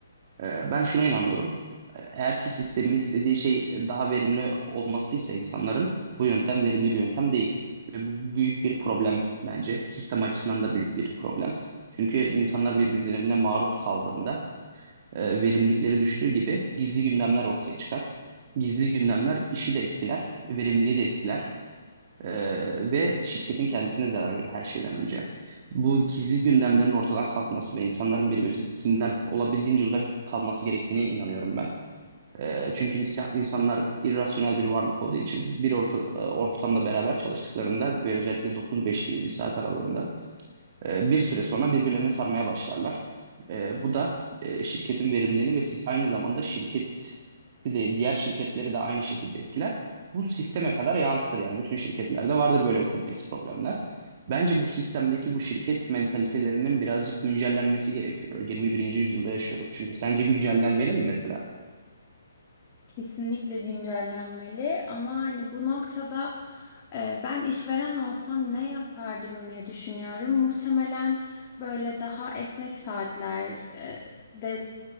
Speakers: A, on the right; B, on the left.
A: Ee, Ben şuna inanıyorum. Ee, Eğer ki sistemin istediği şey daha verimli olmasıysa insanların bu yöntem verimli bir yöntem değil. Ve bu büyük bir problem bence. Sistem açısından da büyük bir problem. Çünkü insanlar birbirlerine maruz kaldığında e, verimlilikleri düştüğü gibi gizli gündemler ortaya çıkar. Gizli gündemler işi de etkiler, verimliliği de etkiler. Ee, ve şirketin kendisine zarar verir her şeyden önce. Bu gizli gündemlerin ortadan kalkması ve insanların birbirisinden olabildiğince uzak kalması gerektiğine inanıyorum ben. Ee, çünkü insa- insanlar irrasyonel bir varlık olduğu için bir orta- e, ortamda beraber çalıştıklarında ve özellikle 9-5 gibi bir saat aralığında e, bir süre sonra birbirlerine sarmaya başlarlar. E, bu da e, şirketin verimliliğini ve siz aynı zamanda şirket de diğer şirketleri de aynı şekilde etkiler. Bu sisteme kadar yansır yani bütün şirketlerde vardır böyle kompleks problemler. Bence bu sistemdeki bu şirket mentalitelerinin birazcık güncellenmesi gerekiyor. 21. yüzyılda yaşıyoruz. Çünkü sence güncellenmeli mi mesela?
B: Kesinlikle güncellenmeli ama hani bu noktada e, ben işveren olsam ne yapardım diye düşünüyorum. Muhtemelen böyle daha esnek saatler e, de